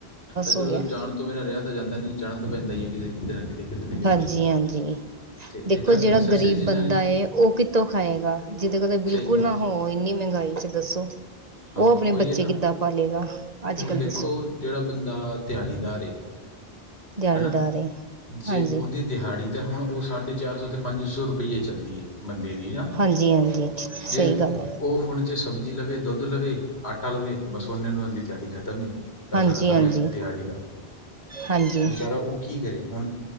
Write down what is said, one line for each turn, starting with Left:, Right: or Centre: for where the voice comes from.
Left: ਇੱਧਰ
Right: ਹੋ
Left: ਉਧਰ
Right: ਗਿਆ
Left: ਜਾਣ ਤੋਂ ਬਿਨਾਂ ਰਿਹਾ ਤਾਂ ਜਾਂਦਾ ਨੀ ਜਾਣਾ ਤਾਂ ਪੈਂਦਾ ਹੀ ਹੈ ਕਿਤੇ ਕਿਤੇ ਨਾ ਕਿਤੇ ਨਾ ਕਿਤੇ
Right: ਹਾਂਜੀ, ਹਾਂਜੀ
Left: ਤੇ ਇਹ
Right: ਦੇਖੋ
Left: ਤਾਂ
Right: ਜਿਹੜਾ
Left: ਨੈਸੈਸਰੀ
Right: ਗ਼ਰੀਬ
Left: ਚੀਜ਼ਾਂ
Right: ਬੰਦਾ
Left: ਨੇ
Right: ਉਹ ਕਿੱਥੋਂ ਖਾਏਗਾ। ਜਿਦੇ ਕੋ
Left: ਸਹੀ
Right: ਬਿਲਕੁਲ
Left: ਗੱਲ
Right: ਨਾ
Left: ਹੈ ਜੀ
Right: ਹੋ ਇੰਨੀ ਮਹਿੰਗਾਈ ਚ ਦੱਸੋ।
Left: ਹਾਂ
Right: ਉਹ ਆਪਣੇ
Left: ਉਹੀ
Right: ਬੱਚੇ
Left: ਹੈ ਨਾ
Right: ਕਿੱਦਾਂ ਪਾਲੇਗਾ। ਅੱਜ
Left: ਹੁਣ
Right: ਕੱਲ
Left: ਦੇਖੋ
Right: ਦੱਸੋ
Left: ਜਿਹੜਾ ਬੰਦਾ ਦਿਹਾੜੀਦਾਰ ਏ
Right: ਦਿਹਾੜੀਦਾਰ
Left: ਹਨਾ
Right: ਏ
Left: ਜੇ
Right: ਹਾਂਜੀ
Left: ਉਹਦੀ ਦਿਹਾੜੀ ਤਾਂ ਹੁਣ ਉਹ ਸਾਢੇ ਚਾਰ ਸੌ ਤੇ ਪੰਜ ਸੌ ਰੁਪਈਏ ਚੱਲਦੀ ਏ ਬੰਦੇ ਦੀ ਨਾ
Right: ਹਾਂਜੀ, ਹਾਂਜੀ ਸਹੀ
Left: ਜੇ
Right: ਗੱਲ ਹੈ।
Left: ਉਹ ਹੁਣ ਜੇ ਸਬਜ਼ੀ ਲਵੇ, ਦੁੱਧ ਲਵੇ, ਆਟਾ ਲਵੇ, ਬਸ ਔਨੇ ਨੂੰ ਏੰਦੀ ਤਿਆਰੀ ਕਰ ਖਤਮ ਪੈਸਾ
Right: ਹਾਂਜੀ
Left: ਖ਼ਤਮ
Right: ਹਾਂਜੀ
Left: ਦਿਹਾੜੀ ਦਾ।
Right: ਹਾਂਜੀ
Left: ਵਿਚਾਰਾ ਉਹ ਕੀ ਕਰੇ ਹੁਣ